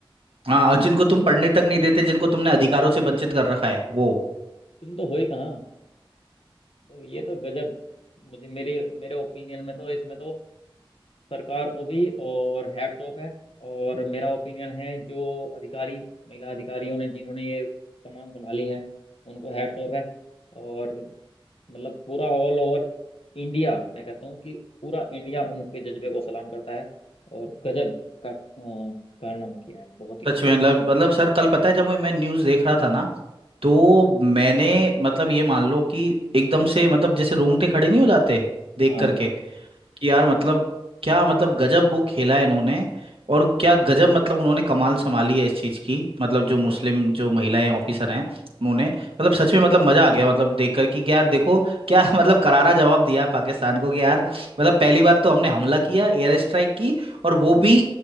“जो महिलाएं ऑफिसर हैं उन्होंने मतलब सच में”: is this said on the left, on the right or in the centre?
Right